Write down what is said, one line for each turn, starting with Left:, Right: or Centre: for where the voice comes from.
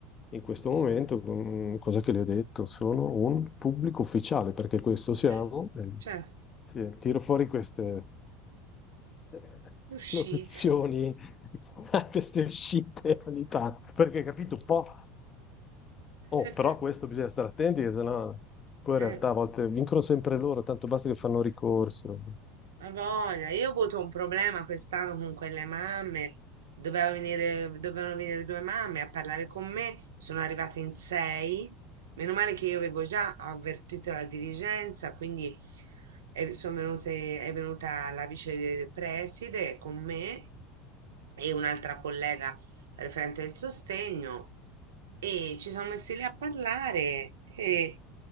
Left: in questo momento. Mm, Cosa che le ho detto? Sono un pubblico ufficiale, perché questo siamo.
Right: Eh,
Left: e-
Right: Certo,
Left: sì, tiro fuori queste. <laughs>
Right: uscite.
Left: locuzioni a queste uscite ogni tanto. Perché capito un po'.
Right: <laughs>
Left: Oh, però questo bisogna stare attenti, che sennò poi in
Right: Eh.
Left: realtà a volte vincono sempre loro, tanto basta che fanno ricorso.
Right: Ma voglia, io ho avuto un problema quest'anno con quelle mamme. Doveva venire, dovevano venire due mamme a parlare con me. Sono arrivate in sei. Meno male che io avevo già avvertito la dirigenza, quindi è, sono venute, è venuta la vice preside con me e un'altra collega referente del sostegno. E ci siamo messi lì a parlare e,